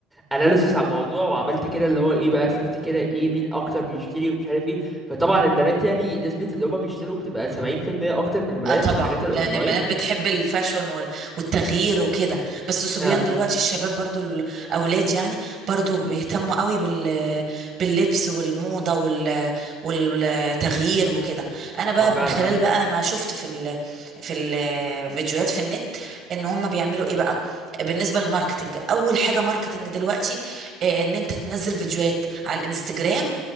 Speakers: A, in the centre; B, on the right (about 45°).
A: اناليسس على الموضوع وعملت كده اللي هو ايه بقى شفت كده ايه مين اكتر بيشتري ومش عارف ايه فطبعا البنات يعني نسبة اللي هما بيشتروا بتبقى 70% اكتر من الولاد
B: اه طبعا
A: في الحاجات الاونلاين
B: لان البنات بتحب الفاشون وال- والتغيير وكده بس الصبيان
A: اه
B: دلوقتي الشباب برضو الاولاد يعني برضو بيهتموا قوي بال باللبس والموضه وال والتغيير وكده انا بقى
A: ما فعلا
B: من خلال
A: اه
B: بقى ما شفت في ال في الفيديوهات في النت ان هم بيعملوا ايه بقى بالنسبه للماركتنج اول حاجه ماركتنج دلوقتي آه، ان انت تنزل فيديوهات على الانستجرام